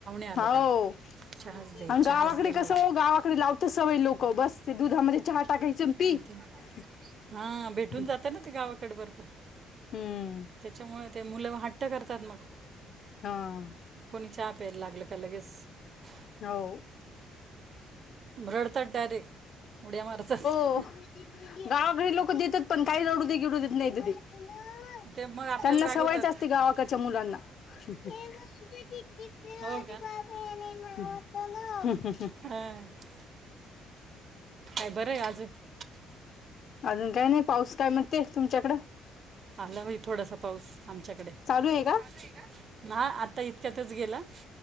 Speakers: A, on the right; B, on the left.
A: आले
B: हो
A: का चहाच दे
B: आणि
A: चहाच
B: गावाकडे
A: दे
B: कसं
A: मला
B: हो गावाकडे लावत सवय लोक बस ते दुधामध्ये चहा टाकायच अन पी
A: आणि ते
B: <unintelligible>
A: हां भेटून जातं ना ते गावाकडे बरोबर
B: हम्म <unintelligible>
A: त्याच्यामुळे ते मुलं हट्ट करतात मग. <unintelligible>
B: हा <unintelligible>
A: कोणी चाहा प्यायला लागल की लगेच <unintelligible>
B: हो. <unintelligible>
A: रडतात डायरेक्ट उड्या मारतात <unintelligible>
B: हो गावाकडील लोक देतात पण काही रडू दे गिडू देत नाही ती. <unintelligible>
A: ते मग आपल्याला
B: त्यांना सवयच
A: रागवतात
B: असती गावाकच्या मुलांना. <unintelligible>
A: हो का
B: <unintelligible> <unintelligible>
A: हं <unintelligible> काय बर आहे आज. <unintelligible>
B: अजून काय नाही पाऊस काय म्हणते तुमच्याकडं? <unintelligible>
A: आला भाई थोडासा पाऊस आमच्याकडे
B: चालू
A: <unintelligible>
B: आहे का
A: हा आता इतक्यातच गेल <unintelligible>